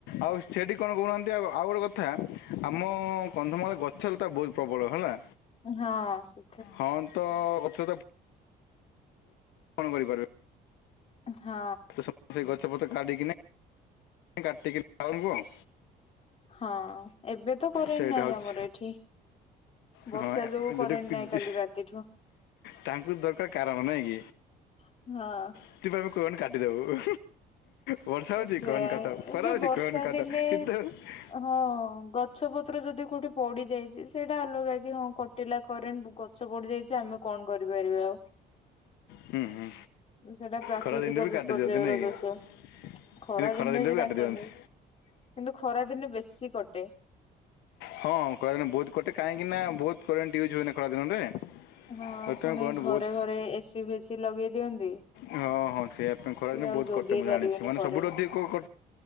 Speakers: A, on the left (about 80°); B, on the left (about 35°).
A: ଆଉ ସେଇଠି କଣ ହୁଅନ୍ତି ଆଗ ଆଉ ଗୋଟେ କଥା। ଆମ କନ୍ଧମାଳ ଗଛଲତା ବହୁତ୍ ପ୍ରବଳ ହେଲା।
B: ହଁ ସେ।
A: ହଁ ତ ଗଛ ଟାପ କଣ କରିପାରେ।
B: ହଁ।
A: ତ ସମସ୍ତ ଗଛପତ କା <unintelligible> ଢିକିନି କାିକ ଆଉ
B: ହଁ ଏବେ ତ କରେନ୍
A: ସେଇଟା
B: ନାହିଁ
A: ହେଉଛି
B: ଆମର ଏଠି ବର୍ଷା
A: ହଁ
B: ଯୋଗୁ କରେଣ୍ଟ୍
A: ଯଦି କି-
B: ନାଇଁ କାଲି ରାତିଠୁ
A: ତାଙ୍କୁ ଦରକାର୍ କାରଣ ନାଇଁ କି
B: ହଁ
A: ସେଥିପାଇଁ ଆମେ ଫୋନ କାଟିଦବୁ ବର୍ଷା ହେଉଛି
B: ସେୟା
A: କନ୍ କାଟ ଖରା
B: ଏବେ
A: ହେଉଛି
B: ବର୍ଷା
A: କନ୍ କାଟ
B: ଦିନେ
A: କି ଶିତ ହଉଚି
B: ହଁ ଗଛ ପତ୍ର ଯଦି କୋଉଠି ପଡି ଯାଇଛି ସେଇଟା ଅଲଗା କି ହଁ କ କଟିଲା କରେଣ୍ଟ ଗଛ ପଡିଯାଇଛି ଆମେ କଣ କରିପାରିବା ଆଉ
A: ହୁଁ ହୁଁ
B: ସେଟା ପ୍ରାକୃତିକ
A: ଖରା ଦିନରେ ବି
B: ବିପର୍ଯ୍ୟୟ
A: କାଟି ଦିଅନ୍ତି ନାଇଁ
B: ର ଦୋଷ
A: କି <inaudible>
B: ଖରା ଦିନେ
A: ଦିନରେ
B: ବି କାଟନ୍ତି,
A: କାଟି ଦିଅନ୍ତି
B: କିନ୍ତୁ ଖରା ଦିନେ ବେଶୀ କଟେ
A: ହଁ ଖଳା ଦିନେ ବହୁତ୍ କଟେ କାହିଁକିନା ବହୁତ୍ କରେଣ୍ଟ ୟୁଜ୍ ହୁଏନା ଖଳା ଦିନରେ
B: ହଁ
A: ସେଥିପାଇଁ
B: ପୁଣି
A: କରେଣ୍ଟ
B: ଘରେ
A: ବହୁତ
B: ଘରେ ଏସିି ଫେସି ଲଗେଇ ଦିଅନ୍ତି
A: ହଁ ହଁ ସେଇଆ ପାଇଁ ଖରାଁ
B: ସେ ଆଉ
A: ବହୁତ୍
B: ଯୋଗେଇ
A: କଟେ ମୁଁ
B: ପାରିବେନି
A: ଜାଣିଛି ମାନେ
B: କରେଣ୍ଟ
A: ସବୁଠୁ ଅଧିକ କେ